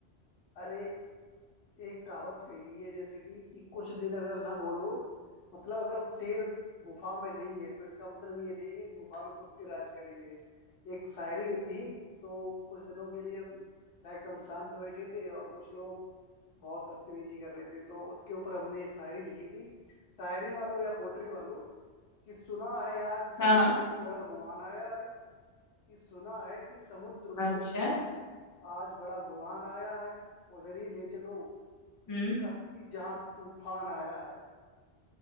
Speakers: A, on the left; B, on the left.
A: अरे एक कहावत कही गई है जैसे कि, कि कुछ दिन अगर ना बोलो मतलब अगर शेर गुफा में नहीं है तो इसका मतलब ये नहीं है गुफा में कुत्ते राज करेंगे एक शायरी थी तो कुछ दिनों के लिए हम लाइक हम शांत बैठे थे और कुछ लोग बहुत बदतमीजी कर रहे थे तो उसके ऊपर हमने एक शायरी लिखी थी शायरी वालों या पोएट्री वालों कि सुना है आज समुद्र
B: हाँ हाँ
A: को बड़ा गुमान आया है कि सुना है कि समुद्र
B: अच्छा
A: को आज बड़ा गुमान आया है उधर ही ले चलो
B: हम्म
A: कश्ती जहां तूफान आया है